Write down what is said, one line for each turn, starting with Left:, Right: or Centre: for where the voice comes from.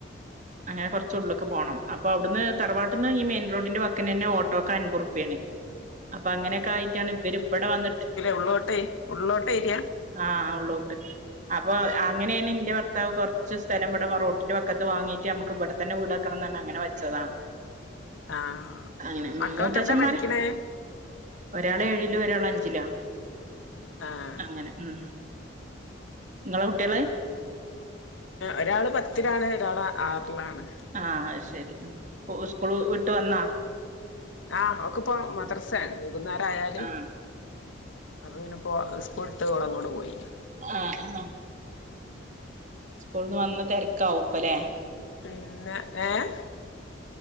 Right: അങ്ങനെ കുറച് ഉള്ളിക് പോണം അപ്പൊ അവിടുന്ന് തറവാട്ടിന്ന് ഈ മെയിൻ റോഡിന്റെ വക്കിന് തന്ന ഓട്ടോക്അമ്പത് റുപിയാണ് അപ്പൊ അങ്ങനെയൊക്കെ ആയിട്ടാണ് ഇവര് ഇവിടെ വന്നിട്ട്
Left: ഉള്ളോട്ടേ ഉള്ളോട്ട് ഏരിയ
Right: ആഹ് ഉള്ളോട്ട് അപ്പൊ അങ്ങനെയാണ് ഇന്റെ ഭർത്താവ് കുറച്ച് സ്ഥലം ഇവിടെ റോട്ടിന്റെ വക്കത്ത് വാങ്ങീട്ട് നമ്മുക്ക് ഇവിടെ തന്നെ വീട് വെക്കണം ന്ന് പറഞ് അങ്ങനെ വെച്ചതാ
Left: ആഹ്
Right: അങ്ങനെ ഉം
Left: മക്കളൊക്കെ
Right: മൂത്തച്ഛന്മാര്
Left: എന്താ പഠിക്ണേ
Right: ഒരാള് ഏഴിലും ഒരാള് അഞ്ചിലാ
Left: ആഹ്
Right: അങ്ങനെ ഉം നിങ്ങളെ കുട്ടികള്
Left: ഒരാള് പത്തിലാണ് ഒരാള് ആറിലാണ്
Right: ആഹ് അത് ശരി സ്കൂൾ വിട്ട് വന്നാ
Left: ആഹ് ഓൾക്കിപ്പോ മദ്രസയാണ് വൈകുന്നേരം ആയാല്
Right: ആഹ്
Left: അപ്പോ പിന്നപ്പോ സ്കൂൾട്ട് ഓളങ്ങോട്ട് പോയി.
Right: ആഹ് ആഹ് ക്കൂൾട്ട് വന്ന തെരക്കാവുപ്പല്ലേ?
Left: പിന്നെ ഏഹ്?